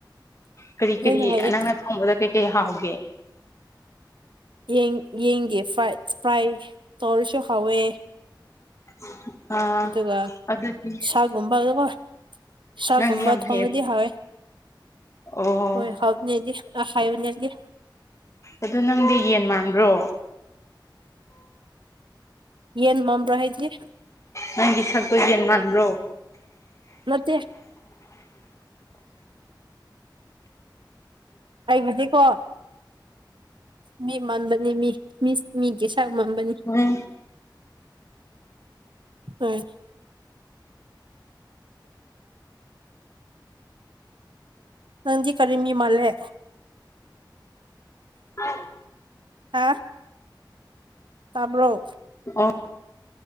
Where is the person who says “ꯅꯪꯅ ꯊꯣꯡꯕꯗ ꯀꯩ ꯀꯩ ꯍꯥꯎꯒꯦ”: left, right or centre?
Left